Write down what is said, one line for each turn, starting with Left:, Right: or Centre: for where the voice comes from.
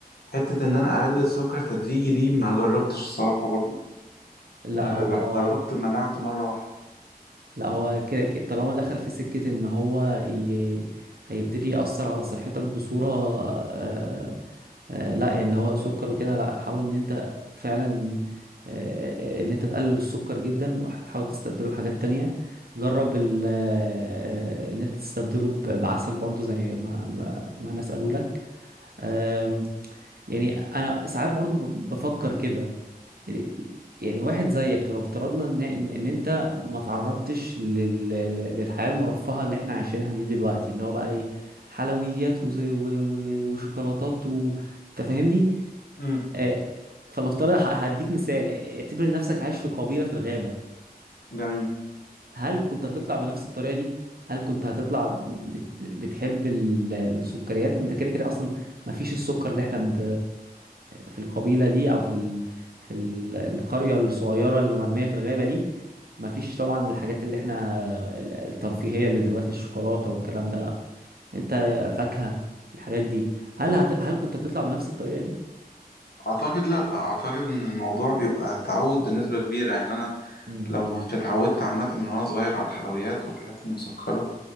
Left: حتة إن أنا أقلل السكر تدريجي دي ما جربتش الصراحة برضو
Right: لا
Left: آه
Right: هو
Left: لما جربت منعت مرة واحدة
Right: لا هو كده كده- طالما دخل في سكة ان هو ي... هيبتدي يأثر على صحتك بصورة آه... آه... لا يعني اللي هو سكر وكده لا حاول ان انت فعلا آه... ان انت تقلل السكر جدا وتحاول تستبدله بحاجات تانية جرب ال... آه... آه، ان انت تستبدله ب... بعسل برضو زي ما ما, ما انا اسأله لك آم، يعني انا ساعات برضو ب- بفكر كده ال- يعني واحد زيك لو افترضنا ان ان إن انت ما تعرضتش لل... للحياة المرفهة اللي احنا عايشينها دي دلوقتي اللي هو بقى ايه حلويات و... و... و... وشوكولاتات و... انت فاهمني
Left: امم
Right: آه، فلنفترض ه- هديك مثال اعتبر نفسك عايش في قبيلة في الغابة
Left: جميل
Right: هل كنت هتطلع بنفس الطريقة دي؟ هل كنت هتطلع بت... بتحب ال- السكريات؟ انت كده كده اصلا ما فيش السكر اللي احنا ب... في القبيلة دي او في ال... في ال- القرية الصغيرة اللي مرمية في الغابة دي ما فيش طبعا الحاجات اللي احنا الترفيهية اللي دلوقتي الشوكولاتة والكلام ده لا انت فاكهة الحاجات دي هل هت... هل كنت هتطلع بنفس الطريقة دي؟
Left: أعتقد لأ أعتقد إن الموضوع بيبقى تعود بنسبة كبيرة يعني أنا
Right: مم.
Left: لو ما كنتش اتعودت عامة من وأنا صغير على الحلويات والحاجات المسكرة